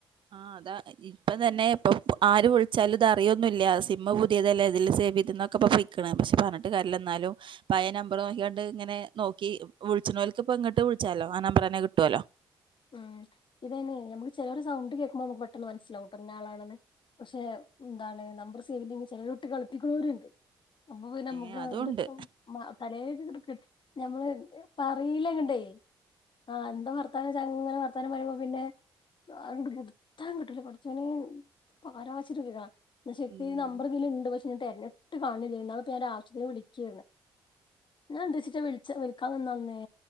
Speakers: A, on the right; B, on the left.
A: ആഹ് അതാ ഇപ്പംതന്നെ ഇപ്പൊ ആര് വിളിച്ചാലും ഇതറിയോന്നുല്ല സിമ്മ് പുതിയതല്ലേ ഇതിൽ സേവെയ്തുന്ന ഫേക്കാണ് പക്ഷെ പറഞ്ഞിട്ട് കര്യല്ല എന്നാലും പയനമ്പറ് നോക്കിക്കൊണ്ട് ഇങ്ങനെ നോക്കി വിളിച്ച്ണോൽക്ക്പ്പ പ്പ്ങ്ങ്ട്ട് വിളിച്ചാലോ ആ നമ്പറന്നെ കിട്ടുവല്ലോ
B: ഉം ഇതന്നെ നമ്മക്ക് ചിലരുടെ സൗണ്ട് കേൾക്കുമ്പോ നമുക്ക് പെട്ടെന്ന് മനസ്സിലാവുംട്ട ഇന്ന ആളാണെന്ന് പക്ഷെ എന്താണ് നമ്പർ സേവ്ണ്ടെങ്ങെ ചിലരോട്ട് കളിപ്പിക്കുന്നോരുണ്ട് അപ്പ പിന്നെ
A: ഏഹ്
B: മുഖം
A: അതുണ്ട്
B: എട്ക്കും <unintelligible> ഞമ്മള് പറയിലങ്ങ്ണ്ടേ ആ എന്താ വർത്താനം ങ്ങനെ വർത്താനം പറയുമ്പോ പിന്നെ അണ്ട് കൊടുത്താൻ കിട്ടൂല പടച്ചോനേ ഇപ്പരാവെച്ച്ട്ട്വരാ എന്ന ശെരിക്കി
A: ഉം
B: നമ്പർ ഇതിലണ്ട് പക്ഷെ ഞാൻ തെരഞ്ഞിട്ട് കാണണില്ല ഇതിന്ന് ഞാൻ ആവശ്യത്തില് വിളിക്കായിരുന്നു ഞാൻ എന്തേച്ചിട്ടാ വിളിച്ച എട്ക്കാത്ന്നാളഞ്ഞേ